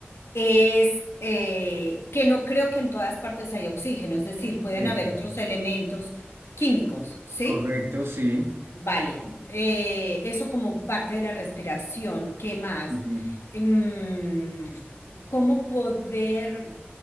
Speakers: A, on the left; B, on the right.
A: es eh, que no creo que en todas partes haya oxígeno, es decir, pueden
B: Listo.
A: haber otros elementos químicos, ¿sí?
B: Correcto, sí.
A: Vale, eh, eso como parte de la respiración. ¿Qué más?
B: Ujú.
A: Em, ¿cómo poder